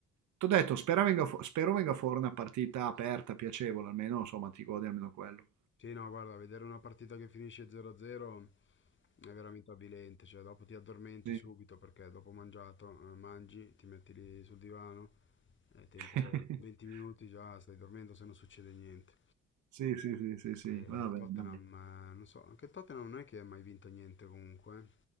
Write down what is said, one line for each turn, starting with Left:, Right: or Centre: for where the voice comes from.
Right: T'ho detto, spera venga fu- spero venga fuori una partita aperta, piacevole, almeno, insomma, ti godi almeno quello.
Left: Sì, no, guarda, vedere una partita che finisce 0-0 è veramente avvilente, cioè dopo ti addormenti
Right: Sì.
Left: subito perché dopo mangiato, eh, mangi, ti metti lì sul divano, è tempo
Right: <laughs>
Left: 20 minuti già, stai dormendo se non succede niente.
Right: Sì, sì, sì, sì, sì,
Left: E
Right: vabbè,
Left: Tottenham,
Right: dai.
Left: eh, non so, anche il Tottenham non è che ha mai vinto niente comunque. eh.